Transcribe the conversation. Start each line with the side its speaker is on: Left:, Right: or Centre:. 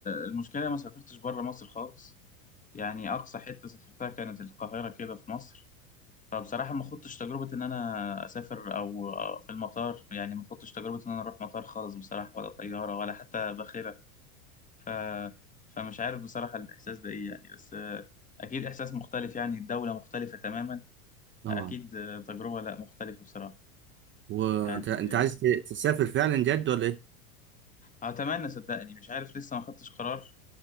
Left: المشكلة ما سافرتش بره مصر خالص يعني أقصى حتة سافرتها كانت القاهرة كده في مصر فبصراحة ما خضتش تجربة إن أنا أسافر أو أو في المطار يعني ما خضتش تجربة إن أنا أروح مطار خالص بصراحة ولا طيارة ولا حتى باخرة ف... فمش عارف بصراحة الإحساس ده إيه يعني بس آه، أكيد إحساس مختلف يعني الدولة مختلفة تماما
Right: طبعا
Left: أكيد آه، تجربة لأ مختلفة بصراحة
Right: وانت
Left: يعني
Right: انت عايز ت- تسافر فعلا جد ولا ايه
Left: آه، أتمنى صدقني مش عارف لسه ما خدتش قرار